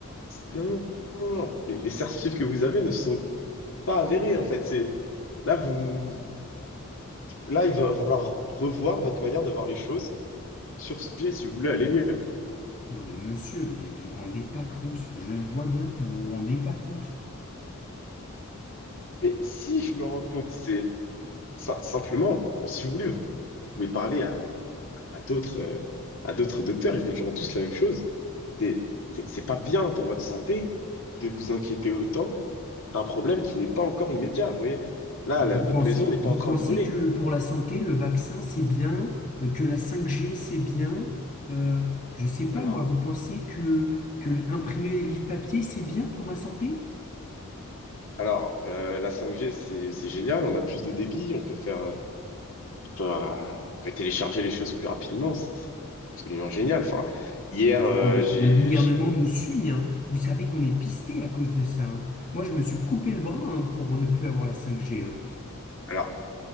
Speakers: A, on the left; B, on the left.
A: non, non, non, non. Les, les certifs que vous avez ne sont pas avéré, en fait. C'est là, vous, là, il va, va falloir revoir votre manière de voir les choses sur ce sujet si vous voulez aller mieux.
B: Non, mais monsieur, mais vous vous rendez pas compte. Je vois bien, vous vous rendez pas compte.
A: Mais si je me rends compte, c'est sim- simplement, bon, si vous voulez, vous pouvez parler à, à d'autres, euh, à d'autres docteurs, ils vous diront tous la même chose. C'est, c'est c'est pas bien pour votre santé de vous inquiéter autant d'un problème qui n'est pas encore immédiat. Vous voyez, là,
B: Mais
A: la-
B: vous
A: votre
B: pensez,
A: maison n'est pas
B: vous
A: en train
B: pensez
A: de brûler.
B: que pour la santé, le vaccin, c'est bien, euh, que la 5G, c'est bien. Euh, je sais pas,
A: Alors,
B: moi, vous pensez que, que imprimer des livres papier, c'est bien pour ma santé?
A: alors euh, la cinq g c'est c'est génial, on a plus de débit, on peut faire. peut, on peut télécharger les choses plus rapidement. C'est c'est absolument génial. Enfin, hier,
B: Mais vous
A: euh,
B: vous rendez
A: j'ai,
B: pas. Le gouvernement
A: j'-
B: nous suit, hein. Vous savez qu'on est pisté à cause de ça, hein. Moi, je me suis coupé le bras, hein, pour ne plus avoir la 5G, hein.
A: alors,